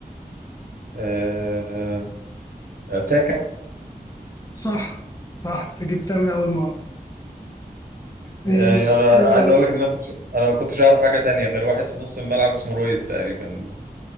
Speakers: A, on the right; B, on the left.
A: آه آه، ساكا
B: صح صح انت جبتها من اول مره ماشي
A: يعني أنا
B: حلوه
A: عايز أقول لك إن أنا كنت أنا ما كنتش أعرف حاجة تانية غير واحد في نص الملعب اسمه رويز تقريبا